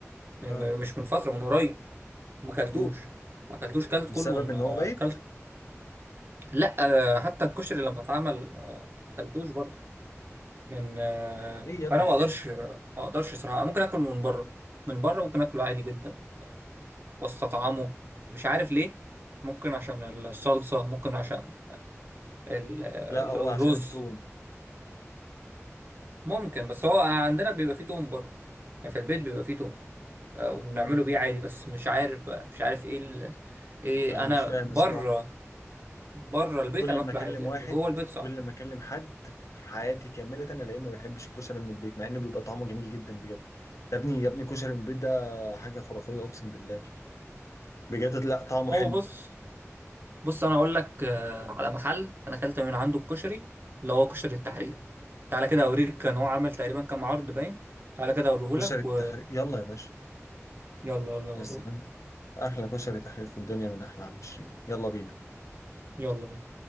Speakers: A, on the right; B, on the left.
A: من-
B: اه
A: من- مش من فتره من قريب ما اكلتوش
B: مم.
A: ما اكلتوش كلت
B: بسبب
A: كله من
B: ان
A: آه،
B: هو بايت
A: كلت لا آه، حتى الكشري لما اتعمل آه، ما اكلتوش برضه من آه،
B: طب ليه يا ابني
A: فانا ما اقدرش ما اقدرش صراحه ممكن اكل من بره من بره ممكن اكله عادي جدا واستطعمه مش عارف ليه ممكن عشان الصلصه ممكن عشان ال- ال-
B: لا هو
A: الرز
B: عشان التوم
A: ممكن بس هو عندنا بيبقى فيه توم برضه يعني في البيت بيبقى فيه توم آه، وبنعمله
B: امم
A: بيه عادي بس مش عارف بقى مش عارف ايه ال... ايه
B: انا
A: انا
B: مش فاهم
A: بره
B: بصراحة
A: بره البيت
B: كل
A: انا
B: ما
A: باكله
B: اكلم
A: عادي لكن
B: واحد
A: جوه البيت صعب
B: كل ما اكلم حد في حياتي كامله الاقيه ما بيحبش الكشري من البيت مع انه بيبقى طعمه جميل جدا بجد يا ابني يا ابني كشري من البيت ده حاجه خرافيه اقسم بالله بجد لا طعمه حلو
A: هو بص بص انا اقول لك آه، على محل انا اكلت من عنده الكشري اللي هو كشري التحرير تعالى كده اوريك كان هو عامل تقريبا كام عرض باين تعالى كده اوريهولك
B: كشري التحرير
A: و
B: يلا يا باشا
A: يلا يلا اوريهولك
B: يا سلام احلى كشري تحرير في الدنيا من احلى عم شيرين يلا بينا
A: يلا بينا